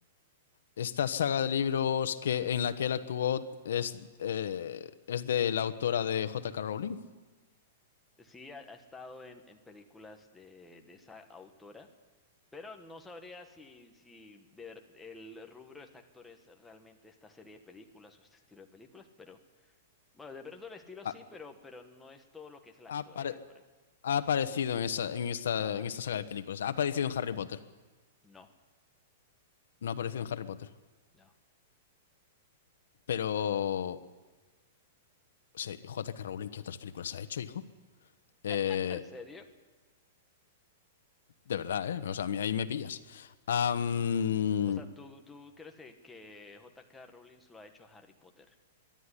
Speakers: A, on the left; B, in the centre.
A: Esta saga de libros que, en la que él actuó es, eh, es de la autora de J. K. Rowling.
B: Sí, ha, ha estado en, en películas de, de esa autora, pero no sabría si, si de ver- el rubro de este actor es realmente esta serie de películas o este estilo de películas, pero bueno, de pronto el estilo
A: Ha,
B: sí, pero, pero no es todo lo que es el
A: ha
B: actor
A: apare-
B: eh, para-
A: ha aparecido en esa, en esta,
B: eh, ha aparecido,
A: en esta saga de películas.
B: es, es
A: Ha aparecido
B: correcto.
A: en Harry Potter.
B: No,
A: No ha aparecido en Harry Potter.
B: no.
A: Pero, sí, J. K. Rowling, ¿qué otras películas ha hecho, hijo? Eh,
B: <laughs> ¿En serio?
A: de verdad, ¿eh? O sea, a mí ahí me pillas. Am,
B: O sea, ¿tú, tú crees que, que J.K. Rowling solo ha hecho Harry Potter